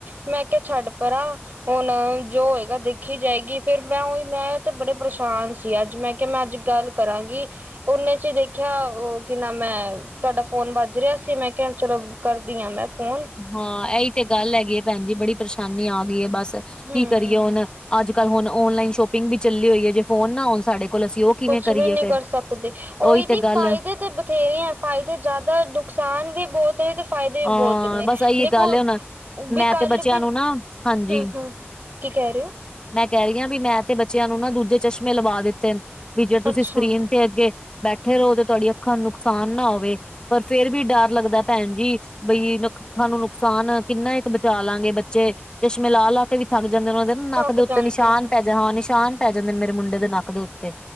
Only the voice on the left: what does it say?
ਹਾਂ ਇਹੀ ਤੇ ਗੱਲ ਹੈਗੀ ਹੈ ਭੈਣ ਜੀ, ਬੜੀ ਪਰੇਸ਼ਾਨੀ ਆ ਗਈ ਹੈ ਬਸ
ਕੀ। ਕਰੀਏ ਹੁਣ ਅੱਜ ਕੱਲ੍ਹ ਹੁਣ ਔਨਲਾਈਨ ਸ਼ੋਪਿੰਗ ਵੀ ਚੱਲੀ ਹੋਈ ਹੈ। ਜੇ ਫੋਨ ਨਾ ਹੋਣ ਸਾਡੇ ਕੋਲ ਅਸੀਂ ਉਹ। ਕਿਵੇਂ
ਕਰੀਏ
ਫੇਰ
ਤੇ
ਗੱਲ
ਹਾਂ
ਬਸ ਇਹੀ
ਗੱਲ ਹੈ ਹੁਣ
ਮੈਂ
ਤੇ ਬੱਚਿਆਂ
ਨੂੰ ਨਾ ਹਾਂਜੀ
ਮੈਂ ਕਹਿ ਰਹੀ ਹਾਂ ਵੀ ਮੈਂ ਤੇ ਬੱਚਿਆਂ ਨੂੰ ਨਾ ਦੂਜੇ ਚਸ਼ਮੇ ਲਵਾ ਦਿੱਤੇ ਬਈ ਜੇ ਤੁਸੀਂ
ਸਕਰੀਨ। ਤੇ ਅੱਗੇ ਬੈਠੇ ਰਹੋ ਤੇ ਤੁਹਾਡੀਆਂ ਅੱਖਾਂ ਨੂੰ ਨੁਕਸਾਨ ਨਾ ਹੋਵੇ ਪਰ ਫੇਰ ਵੀ ਡਰ ਲੱਗਦਾ। ਭੈਣ ਜੀ। ਬਈ ਅੱਖਾਂ ਨੂੰ ਨੁਕਸਾਨ ਕਿੰਨਾ ਇੱਕ ਬਚਾ ਲਾਂਗੇ ਬੱਚੇ ਚਸ਼ਮੇ ਲਾ ਲਾ ਕੇ ਵੀ ਥੱਕ ਜਾਂਦੇ ਨੇ ਉਹਨਾਂ ਦੇ। ਨੱਕ
ਦੇ ਉੱਤੇ
ਨਿਸ਼ਾਨ
ਪੈ ਜਾਂ ਹਾਂ ਨਿਸ਼ਾਨ ਪੈ ਜਾਂਦੇ ਨੇ ਮੇਰੇ ਮੁੰਡੇ ਦੇ ਨੱਕ ਦੇ ਉੱਤੇ।